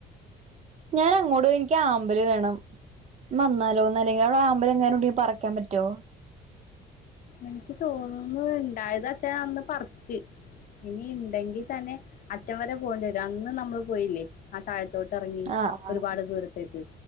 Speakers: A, on the right (about 40°); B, on the left (about 55°).
A: ഞാൻ അങ്ങോട്ട് പോവാ എനിക്ക് ആമ്പല് വേണം. വന്നാലോ എന്ന് ആലോയ്ക്കാ അവിടെ ആമ്പല് എങ്ങാനുണ്ടേൽ പറക്കാൻ പറ്റോ?
B: എനിക്ക് തോന്നുന്നു ഇണ്ടായത് അച്ചായി അന്ന് പറച്ച്. ഇനി ഇണ്ടെങ്കി തന്നെ അറ്റം വരെ പോണ്ടി വരും അന്നും നമ്മള് പോയില്ലേ ആ താഴെ- ഴത്തോട്ട് ഇറങ്ങി
A: ആഹ്
B: ഒരുപാട്
A: ആഹ്
B: ദൂരത്തേക്ക്